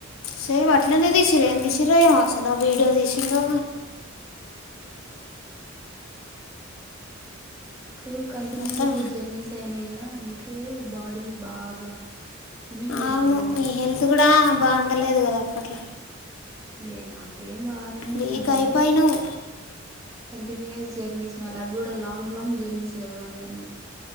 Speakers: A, on the left; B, on the right.
A: సేమ్ అట్లనే తీసిరు ఏం తీసిరో ఏమో అసలు ఆ వీడియో తీసిండో
B: ఉ కంటిన్యూయస్
A: మొత్తం
B: గా జర్నీస్ అయినాయి గా అందుకే బాడీ బాగా <unintelligible> అయిపోయింది
A: అవును
B: అనమాట
A: నీ హెల్త్ కూడా బాగుండలేదు కదా అప్పట్లో
B: ఏ నాకేం బాగానే
A: వీక్
B: ఉన్నది
A: అయిపోయినావు
B: గాని కంటిన్యూయస్ జెర్నీస్ వాళ్ళ అవి కూడ లాంగ్ లాంగ్ జెర్నీస్ కదా మయి అన్ని